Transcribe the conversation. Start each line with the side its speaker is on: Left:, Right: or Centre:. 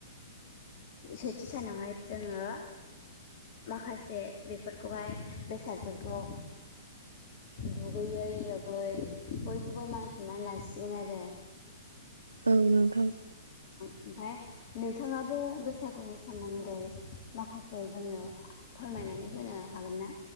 Left: सेथि सानावहाय जोंङो माखासे बेफोरखौहाय बेसादफोरखौ दुगैयै लोबै बय खौबो मान सनमान लासिगोन आरो।
Right: औ औ औ
Left: ओमफाय नोंथांङाबो बैसागुनि सोमोन्दै माखासे जोंनो फोरमाय फोरमायनानै होनो हागोना